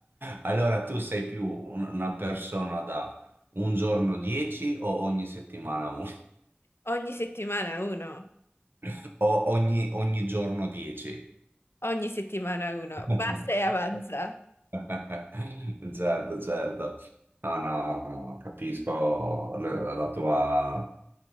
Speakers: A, on the right (about 60°); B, on the left (about 85°).
A: Allora tu sei più un- una persona da un giorno 10 o ogni settimana uno?
B: ogni settimana uno,
A: <laughs> O ogni, ogni giorno 10?
B: ogni settimana uno,
A: <laughs>
B: basta e avanza.
A: Ok. <laughs> Certo, certo. No, no, capisco la, la tua...